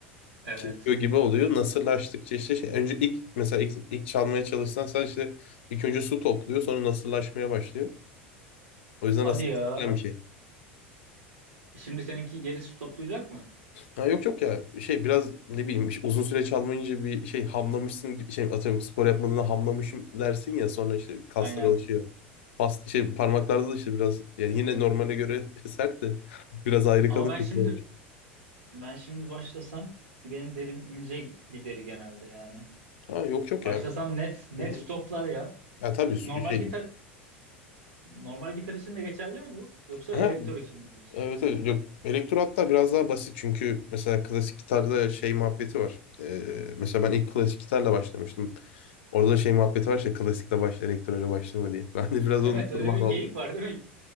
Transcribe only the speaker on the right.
Evet.
Hadi
ya.
E Şimdi seninki gerisi toplayacak mı?
Aynen.
Ama
ben şimdi
ben şimdi başlasam ki benim derim ince bir deri genelde yani.
Başlasam
net net
stoplar ya.
Normal
gitar normal gitar için de geçerli mi bu? Yoksa
elektro için mi diyorsun?
Evet
öyle bir geyik
var değil mi?